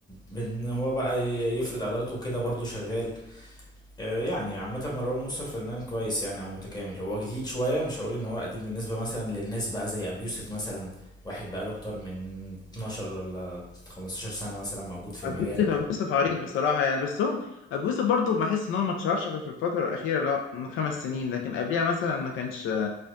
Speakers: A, on the left; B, on the left.
A: بان هو بقى يفرض عضلاته وكده برضو شغال آه، يعني عامة مروان موسى فنان كويس يعني او متكامل هو جديد شوية مش هقول ان هو قديم بالنسبة مثلا للناس بقى زي ابي يوسف مثلا واحد بقى له اكتر من 12 ولا 15 سنة مثلا موجود في
B: أبو
A: المجال
B: يوسف أبو يوسف عريق بصراحة يعني بس هو أبو يوسف برضه بحس إن هو ما اتشهرش غير في الفترة الأخيرة اللي هو من خمس سنين لكن قبليها مثلا ما كانش